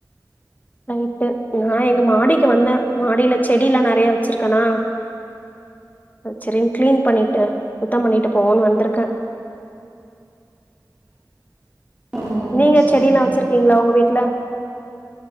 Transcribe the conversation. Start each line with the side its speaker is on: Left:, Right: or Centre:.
Left: ரைட்டு நா எங்க மாடிக்கு வந்தே மாடியில செடி எல்லா நெறையா வச்சிருக்கனா சரின் கிளீன் பண்ணிட்டு சுத்தம் பண்ணிட்டு போவோன்னு வந்துருக்கே
Right: ஓ
Left: நீங்க
Right: சரி
Left: செடிலா
Right: சரி
Left: வெச்சிருகீங்களா உங்க வீட்ல